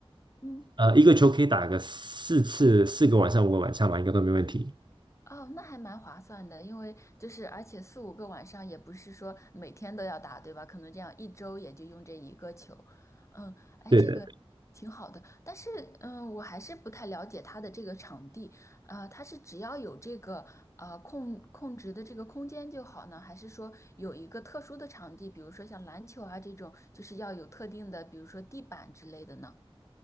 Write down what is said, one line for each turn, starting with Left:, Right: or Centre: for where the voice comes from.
Left: 嗯。
Right: 呃一个球可以打个四次，四个晚上五个晚上吧，应该都没问题。
Left: 哦，那还蛮划算的，因为就是而且四五个晚上也不是说每天都要打，对吧？可能这样一周也就用这一个球，嗯，哎，
Right: 对的。
Left: 这个挺好的。但是，嗯，我还是不太了解它的这个场地，呃，它是只要有这个呃控控制的这个空间就好呢，还是说有一个特殊的场地，比如说像篮球啊这种，就是要有特定的，比如说地板之类的呢？